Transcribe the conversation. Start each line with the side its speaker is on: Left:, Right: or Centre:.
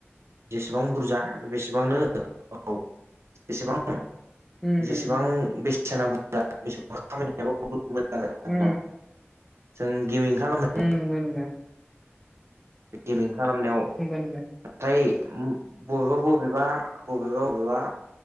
Right: जेसेबां बुरजा बेसेबांनो औ जेसेबां
Centre: उम
Right: जेसेबां बेसिना बुरजा खामानियाबो बुहुद मोजां जागों आरोना
Centre: उम
Right: जों गेमिं खालामनो
Centre: उम नोंगो नोंगो।
Right: गेमिं खालामनायाव फ्राय
Centre: नंगौ नंगौ
Right: बबेबा बबेबा बबेबा बबेबा